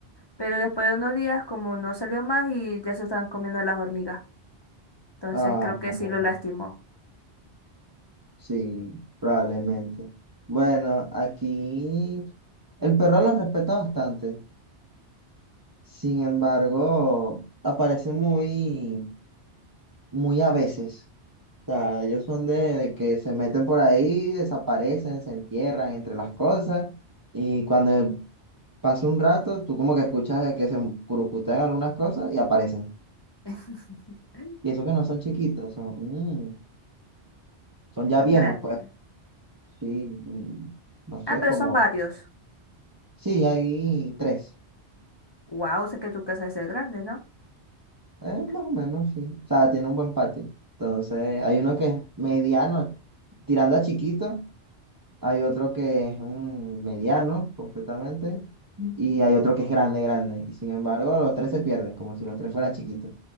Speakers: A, on the left; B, on the right.
A: Pero después de unos días como no salió más y ya se estaban comiendo las hormigas. Entonces
B: Ah,
A: creo que
B: no,
A: sí lo lastimó.
B: sí, probablemente. Bueno, aquí el perro lo respeta bastante. Sin embargo, aparece muy, muy a veces. O sea, ellos son de, de que se meten por ahí, desaparecen, se entierran entre las cosas y cuando pasa un rato, tú como que escuchas de que se curucutean algunas cosas y aparecen.
A: <laughs>
B: Y eso que no son chiquitos, son, mm, son ya
A: Son
B: viejos,
A: grandes.
B: pues. Sí, mm, no sé,
A: Ah, pero
B: como...
A: son varios.
B: Sí, hay tres.
A: Wow, sé que tu casa debe ser grande, ¿no?
B: Eh, más o menos, sí. O sea, tiene un buen patio. Entonces, hay uno que es mediano, tirando a chiquito Hay otro que es mm, mediano completamente. Y hay otro que es grande, grande. Y sin embargo, los tres se pierden, como si los tres fueran chiquitos.